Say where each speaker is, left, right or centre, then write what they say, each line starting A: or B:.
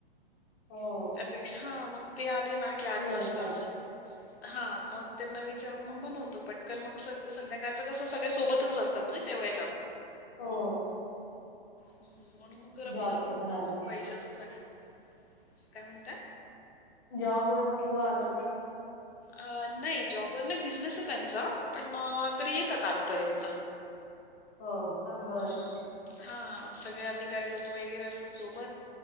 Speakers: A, on the left; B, on the left.
A: हो.
B: त्या पेक्षा हा मग ते आले ना की आठ
A: लेटच
B: वाजता हा मग त्यांना विचारून मग बनवतो पटकन मग स संध्याकाळच कस सगळे सोबतच बसतात. नाय जेवयला.
A: हो.
B: हम्म म्हणून म गरम
A: जॉब
B: गरम
A: वरून आले की
B: पाहिजे असं सगळ्यांना काय म्हणताय
A: जॉब वरून मुलं आले का
B: अ नाही जॉबवर नाही बिझनेस ये त्यांचा पण येतात आठपर्यंत
A: हो का बरं
B: हम्म.
A: ब
B: हा सगळे अधिकारी लोक वगैरे असतात सोबत